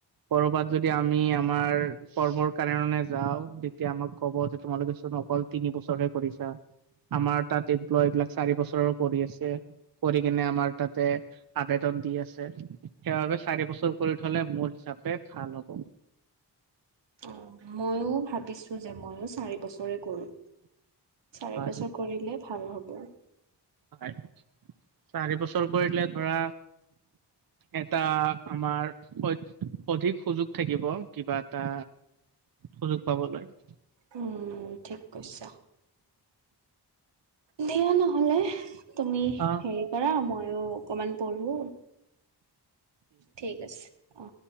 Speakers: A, on the right; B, on the right.
A: কৰবাত যদি আমি আমাৰ পৰ্বৰ কাৰনে যাওঁ তেতিয়া আমাক ক'ব যে তোমালোকেচোন অকল তিনি বোচৰহে কৰিছা। আমাৰ তাত এমপ্লয় এইবলাক চাৰি বছৰ কৰি আছে কৰি কিনে আমাৰ তাতে আবেদন। দি আছে সেইবাবে চাৰি বছৰ কৰি থলে মোৰ হিচাপে ভাল হ'ব।
B: অ মইয়ো ভাবিছো যে মই। আৰু চাৰি বছৰে কৰো চাৰি
A: হয়
B: বছৰ কৰিলে ভাল হ'ব।
A: হয় চাৰি বছৰ কৰি দলে ধৰা। এটা আমাৰ অ অধিক সুযোগ থাকিব কিবা এটা। সুযোগ পাব লাগে
B: উম ঠিক কৈছা। দিয়া নহলে। তুমি
A: অ
B: হেৰি কৰা মইো অকমান পঢ়ো। ঠিক আছে অ।